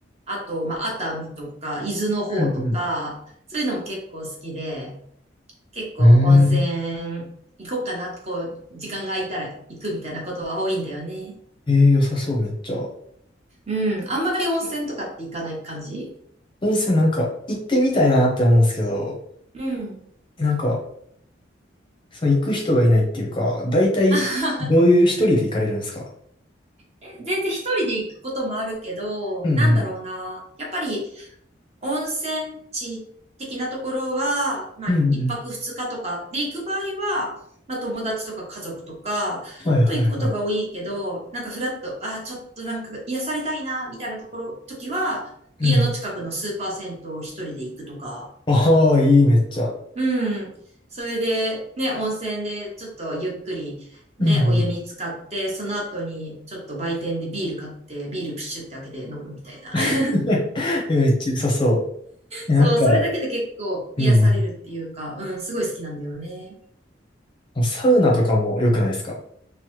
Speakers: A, on the right (about 35°); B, on the left (about 25°).
A: あと、まあ、熱海とか、伊豆の方とか、
B: うん
A: そういうのも結構好きで、結構温泉行こうかなって、
B: うんうーん。
A: こう、時間が空いたら行くみたいなことは多いんだよね。
B: えー、良さそう、めっちゃ。
A: うん。あんまり温泉とかって行かない感じ
B: 温泉なんか行ってみたいなって思うんですけど、
A: うん。
B: なんか、その行く人がいないっていうか、大体どういう一人で行かれるんですか
A: <laughs> え、全然一人で行くこともあるけど、
B: うんうん。
A: なんだろうな。やっぱり温泉地的なところは、まあ一泊二日とかで行く場合は、
B: うんうん。
A: まあ友達とか家族とかと行くことが多いけど、
B: はいはいはい。
A: なんかフラッと、ああ、ちょっとなんか癒されたいな、みたいなところ、時は、
B: うん。
A: 家の近くのスーパー銭湯を一人で行くとか、
B: ああ、いい、めっちゃ。
A: うん。それで、ね、温泉でちょっとゆっくり、ね、
B: うんうん
A: お湯に浸かって、その後にちょっと売店でビール買って、ビールプシュって開けて飲むみたいな。
B: <laughs>
A: <laughs>
B: えめっちゃ良さそう。
A: そう、
B: なんか、
A: それだけで結構癒されるっていうか、
B: うん
A: うん、すごい好きなんだよね。
B: うん。サウナとかも良くないですか